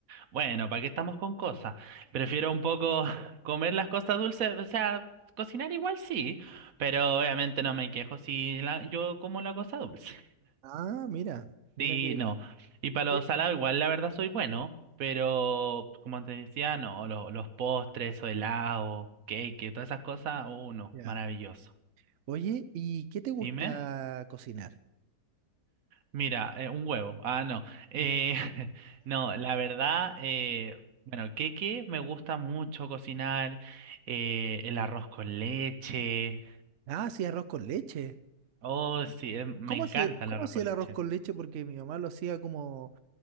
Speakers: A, on the right (about 55°); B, on the right (about 75°).
A: bueno, ¿para qué estamos con cosas? Prefiero un poco <laughs> comer las cosas dulces, o sea, cocinar igual sí, pero obviamente no me quejo si la, yo como la cosa dulce.
B: Ah, mira, mira
A: Sí,
B: qué bien.
A: no. Y para
B: Qué-
A: los salados igual la verdad soy bueno, pero como te decía, no, los, los postres o helados, cake, todas esas cosas, uno,
B: Ya.
A: maravilloso.
B: Oye, ¿y qué te gusta
A: Dime,
B: cocinar?
A: mira, eh, un huevo. Ah, no. Eh,
B: <laughs>
A: <laughs> no, la verdad, eh, bueno, cake me gusta mucho cocinar, eh, el arroz con leche.
B: Ah, sí, arroz con leche.
A: Oh, sí, eh, me
B: ¿Cómo
A: encanta
B: hacía, cómo
A: el arroz
B: hacía
A: con
B: el
A: leche.
B: arroz con leche? Porque mi mamá lo hacía como,